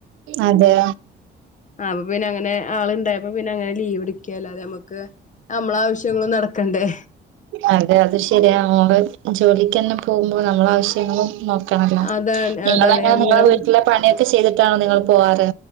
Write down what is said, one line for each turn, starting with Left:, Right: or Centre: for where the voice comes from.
Right: അതെ
Left: ആ് അപ്പൊ പിന്നെ അങ്ങനെ ആളുണ്ടായപ്പോ പിന്നെ അങ്ങനെ ലീവ് എടുക്കുകേല നമ്മുക്ക് നമ്മള ആവശ്യങ്ങളും നടക്കണ്ടേ
Right: അതെ അത് ശരിയാ നമ്മള് ജോലിക്ക് തന്നെ പോകുമ്പോ നമ്മള ആവശ്യങ്ങളും നോക്കണല്ല
Left: അതാണ്
Right: നിങ്ങളങ്ങനെ
Left: അതാണ് ഇങ്ങനെ
Right: നിങ്ങളെ വീട്ടില പണിയൊക്കെ ചെയ്തിട്ടാണോ നിങ്ങ പോവാറ്